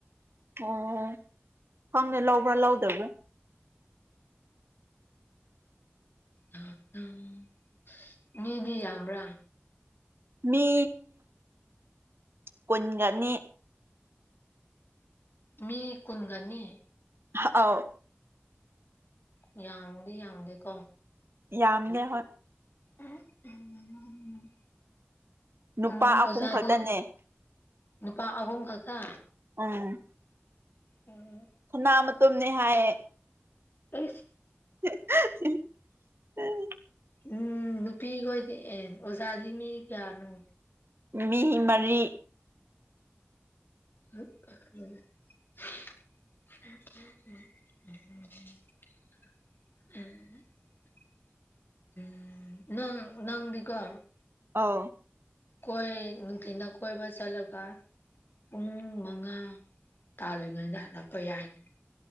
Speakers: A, on the right (about 65°); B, on the left (about 55°).
A: ꯑꯣ ꯈꯪꯗꯦ ꯂꯧꯕ꯭ꯔꯥ ꯂꯧꯗꯕ꯭ꯔꯥ
B: <unintelligible> ꯃꯤꯗꯤ ꯌꯥꯝꯕ꯭ꯔꯥ
A: ꯃꯤ ꯀꯨꯟꯒꯅꯤ
B: ꯃꯤ ꯀꯨꯟꯒꯅꯤ
A: ꯍꯥ ꯑꯥꯎ
B: ꯎ ꯌꯥꯝꯗꯤ ꯌꯥꯝꯗꯦꯀꯣ
A: ꯌꯥꯝꯅꯦ ꯍꯣꯏ
B: ꯎꯝ
A: ꯅꯨꯄꯥ
B: ꯎꯝ ꯑꯣꯖꯥꯗꯤ
A: ꯑꯍꯨꯝ ꯈꯛꯇꯅꯦ
B: ꯅꯨꯄꯥ ꯑꯍꯨꯝ ꯈꯛꯇꯥ
A: ꯎꯝ
B: ꯑꯣ
A: ꯈꯣꯝꯅꯥ ꯃꯇꯨꯝꯅꯦ ꯍꯥꯏꯌꯦ
B: ꯑꯩꯁ
A: <unintelligible>
B: ꯎꯝ ꯅꯨꯄꯤꯈꯣꯏꯗꯤ ꯑꯦ ꯑꯣꯖꯥꯗꯤ ꯃꯤ ꯀꯌꯥꯅꯣ
A: ꯃꯤ ꯃꯔꯤ
B: ꯎꯝ ꯎꯝ ꯎꯝ ꯎꯝ ꯅꯪ ꯅꯪꯗꯤꯀꯣ
A: ꯑꯥꯎ
B: ꯀꯣꯏ ꯅꯨꯡꯊꯤꯜꯗ ꯀꯣꯏꯕ ꯆꯠꯂꯒ ꯄꯨꯡ ꯃꯉꯥ ꯇꯥꯜꯂꯤꯉꯩꯗ ꯍꯜꯂꯄ ꯌꯥꯏꯅ